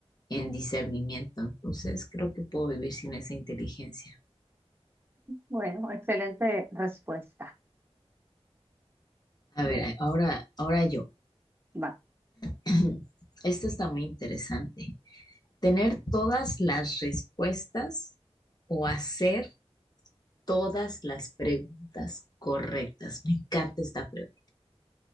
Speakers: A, on the left; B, on the right.
A: en discernimiento. Entonces creo que puedo vivir sin esa inteligencia.
B: Bueno, excelente respuesta.
A: A
B: Me-
A: ver, a- ahora, ahora yo.
B: Va.
A: <clears throat> Esto está muy interesante. Tener todas las respuestas o hacer todas las preguntas correctas. Me encanta esta pregunta.